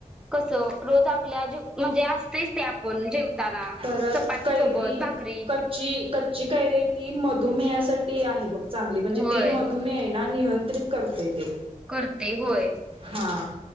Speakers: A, in the centre; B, on the right (about 40°).
A: कस रोज आप म्हणे च ते आपण जेवताना
B: परत
A: चपाती
B: कैरी
A: सोबत भाकरी
B: कच्ची कच्ची कैरी ती म तुमी यासाठी आहे बघ. चांगली म्हणजे
A: होय
B: ते मधुमेळ ना निह च्र करते ते.
A: करते होय.
B: हा